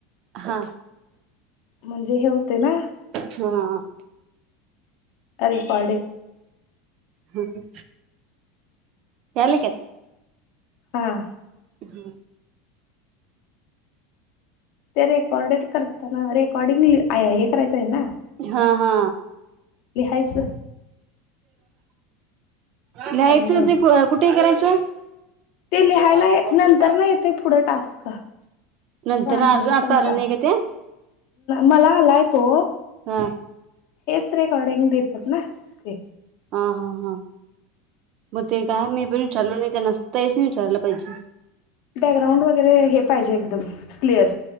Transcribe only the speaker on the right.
हा हा
हा
ह ह ह काेत
जु
हा हा
लिहायचं
ते कुठे करायचं कुठे
गेलता? तुला
कळता?
नंतर अजून आता आल नाही का ते
हा
ह हा हा मग ते काय मी पण विचारलो नाही त्या नसताहीच नाही विचारलं पाहिजे